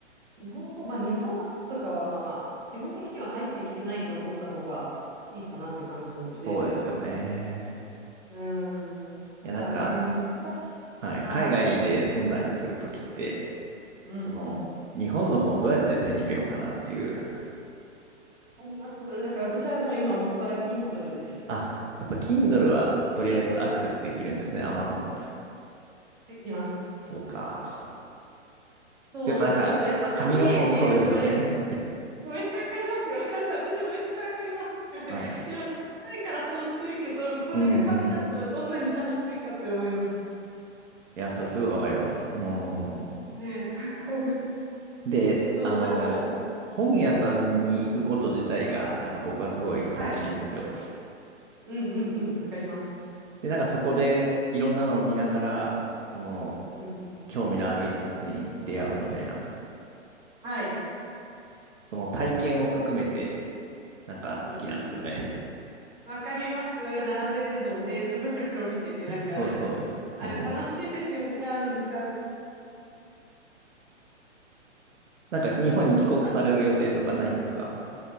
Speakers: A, on the right; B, on the right.
A: 日本語、まあ、日本のとかは、まあ、基本的には入ってきてないと思った方がいいかなって感じなので、
B: そうですよね。
A: うん、だからね、
B: いや、なんか、
A: 難しい。
B: はい、
A: はい。
B: 海外で住んだりするときって、
A: うんうん。
B: その、日本の本をどうやって手に入れようかなっていう
A: わかります。だから私はもう今、もっぱら Kindle です。
B: あ、やっぱ Kindle はとりあえずアクセスできるんですね、Amazon。
A: できます。
B: そうか。
A: そう、
B: でもなんか、
A: だけどやっぱ紙でね、
B: 紙の本、そうですよね。
A: 読みたい。めっちゃわかりますよ。<laughs> 私もめっちゃわかります。<laughs>
B: はい。
A: いや、しっかりからそうしてるけど、これが紙だったらどんなに楽しいかって思います
B: うんうん。いや、それすごいわかります。うん。
A: ね。<laughs>
B: で、
A: そう、
B: あの、
A: だから、
B: 本屋さんに行くこと自体が、なんか僕はすごい楽しいんですよ。
A: はい。うんうんうん、わかります。
B: で、なんかそこでいろんなのを見ながら、その、
A: うんうん、
B: 興味のある一冊に出会うみたいな、
A: はい。
B: その体験を含めて、なんか好きなんですよね。
A: うんうん。わかります。並んでるのをね、ちょこちょこ見てね、
B: <laughs>
A: なんか、
B: そうです、そうです。
A: あれ楽しいですよね、
B: うん。
A: あの時間。
B: なんか日本に帰国される予定とかないんですか
A: なんですよ。